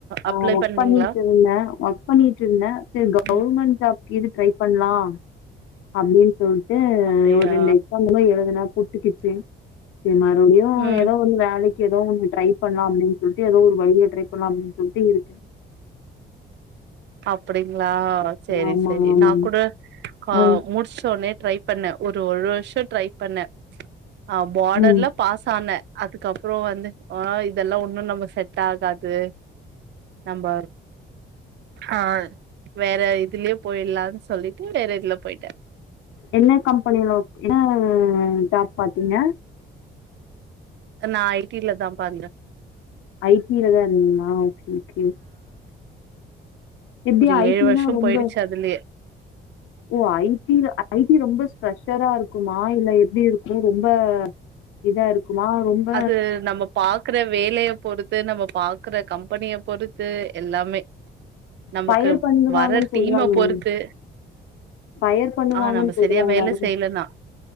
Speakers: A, on the left (about 80°); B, on the right (about 60°).
A: ஆஹ்
B: அப்ளை
A: ஒர்க்
B: பண்ணீங்களா
A: பண்ணிட்டு இருந்தேன் ஒர்க் பண்ணிட்டு இருந்தேன் சரி கவுவர்மெண்ட்
B: ம்
A: ஜாப் எதும் ட்ரை பண்லா அப்டினு சொல்டு
B: அப்டியா
A: ஒரு ரெண்டு எக்ஸாம்லா எழுதுனா புட்டுக்குச்சு சரி மறுபடியும்
B: ம்
A: ஏதோ ஒரு வேலைக்கு ஏதோ ஒன்னு டிரை பண்ணலாம் அப்படின்னு சொல்லிட்டு ஏதோ ஒரு வழியில ட்ரை பண்ணலா அப்படின்னு சொல்லிட்டு இருக்கேன்
B: அப்படி ங்களா செரி
A: ஆமா,
B: செரி
A: ஆமாங்க.
B: நான் கூட ஆஹ்
A: ம்,
B: முடிச்சோனே ட்ரை பண்ண ஒரு வருஷம் ட்ரை பண்ண ஆ பார்டர்ல
A: ம்.
B: பாஸ் ஆன அதுக்கப்பறம் வந்து ஓ இதெல்லா ஒன்னு நம்ம செட் ஆகாது நம்ப ஆஹ் வேற இதுலயே போய்ட்லான்னு சொல்லிட்டு வேற இதுல போயிட்டே
A: என்ன கம்பெனில ஒர்க் என்ன உஹம் ஜாப் பாத்தீங்க
B: நான் ஐ டில தா பாத்த
A: ஜ டிலதா இருந்தீங்களா ஆஹ் ஓகே ஓகே எப்படி
B: ஒரு
A: ஐடினா
B: ஏழு வருஷம்
A: ரொம்ப
B: போயிடுச்சு அதுலையே
A: ஓ ஐ டி ஐ டி ரொம்ப ஸ்ஃப்ரெஷரா இருக்குமா இல்ல எப்படி இருக்கும் ஆ ரொம்ப இதா இருக்குமா? ரொம்ப
B: அது நம்ம பாக்குற வேலைய பொறுத்து நம்ம பாக்குற கம்பெனிய பொறுத்து எல்லாமே நமக்கு
A: ஃபயர் பண்ணுவாங்கன்னு
B: வர
A: சொல்றாங்களே!
B: டீம்ம பொறுத்து
A: ஃபயர் பண்ணுவாங்கன்னு
B: ஆஹ் நம்ம
A: சொல்றாங்களே!
B: சரியா வேலை
A: அது
B: செய்யலன்னா